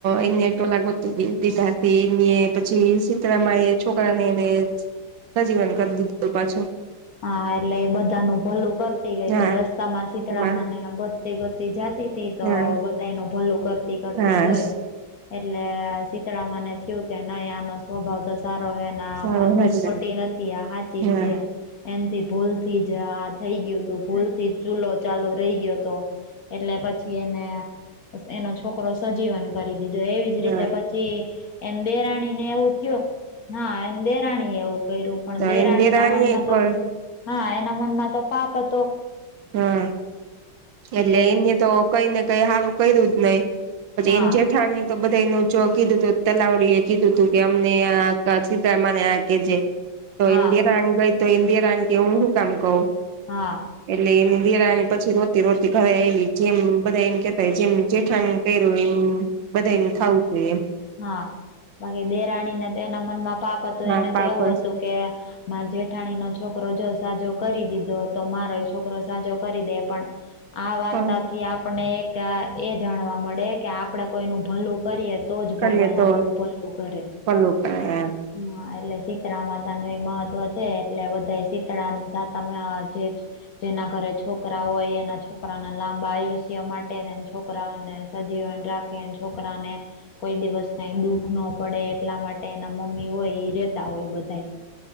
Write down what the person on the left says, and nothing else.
હા, એટલે એ બધાનું ભલું કર ગઈ
તી રસ્તામાં શીતળામાંને
ગોતતી ગોતતી જતી તી, તો
બધાનું ભલું કરતી. કરતી
ગય. એટલે શીતળામાંને થયું કે નહી, આનો સ્વભાવ તો સારો હે. ના
મનની
ખોટી નથી. આ સાાચી
જ છે. એનથી ભૂલથી જ આ થઈ ગયું તું ભૂલથી ચૂલો ચાલુ રહી ગયો હતો. એટલે પછી એને એનો છોકરો સજીવન કરી દીધો. એવી જ
રીતે પી પછી એની દેરાણીને એવું થયો. હા, એની દેરાણી એ એવું કર્યું. પણ
દેરાણીના
મનમાં તો
હા એના મનમાં તો પાપ હતો.
કે
હા
હા
હા.
હા બાકી દેરાણીને તો એના મનમાં પાપ હતું
એને
તો એવું હતું. કે મારે જેઠાણીનો છોકરો જો સાજો કરી દીધો તો મારો છોકરો સાજો કરી દે પણ આ વાર્તાથી
આપણે આ એ જાણવા મળે કે આપણેે કોઈનું ભલું કરીએ. તો જ
ભગવાન
આપડુ ભલું કરે.
હમ એટલે શીતળા માતાનુ એ મહત્વ છે એટલે બધા શીતળાનું શાતમ જે જ જેના ઘરે છોકરા હોય એના છો કરાના લાંબા આયુષ્ય માટેને છોકરાને સજીવન રાખે છોકરાને કોઈ દિવસ કાઈ દુઃખ ન પડે એટલા માટે એના મમ્મી હોય રે તા હોય બધાય